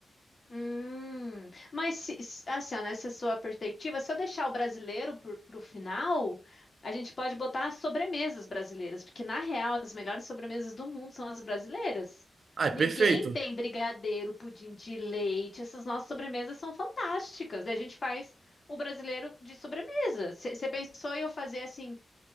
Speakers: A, on the left; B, on the right.
A: Hum, mas se- se- assim, ó, nessa sua perspectiva, se eu deixar o brasileiro para o final, a gente pode botar as sobremesas brasileiras, porque na real as melhores sobremesas do mundo são as brasileiras.
B: Ah, é perfeito.
A: Ninguém tem brigadeiro, pudim de leite, essas nossas sobremesas são fantásticas. E a gente faz o brasileiro de sobremesa. Você pensou em eu fazer assim?